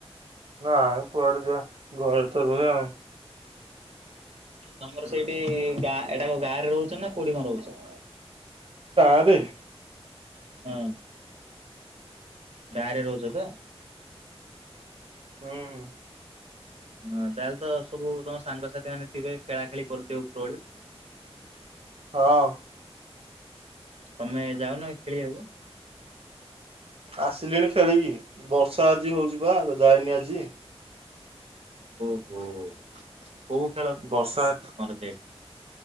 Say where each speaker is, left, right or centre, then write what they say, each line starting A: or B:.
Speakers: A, on the right (about 60°); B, on the right (about 80°).
A: ନାଇ କୁଆଡେ ଯିବା ଘରେତ ରୁହେ ଆଉ।
B: ତମର ସେଇଠି ଗାଁ ଏଟା କଣ ଗାଁରେ ରହୁଛ ନା କଉଁଠି କଣ ରହୁଛ?
A: ଗାଁରେ।
B: ହଁ। ଗାଁରେ ରହୁଛ ତ?
A: ହୁଁ ହୁଁ।
B: ହଁ ତାହେଲେ ତ ସବୁ ତମ ସାଙ୍ଗସାଥି ମାନେ ଥିବେ ଖେଳାଖେଳି କରୁଥିବେ ଉପରଓଳି।
A: ହଁ।
B: ତମେ ଯାଉନକି ଖେଳିବାକୁ?
A: ଆସିଲିଣି ଖେଳିକି ବର୍ଷା ଆଜି ହଉଛି ବା ଯାଇନି ଆଜି।
B: ହୁଁ। ଓହୋ।
A: ବର୍ଷାତ
B: ସେଇଠି?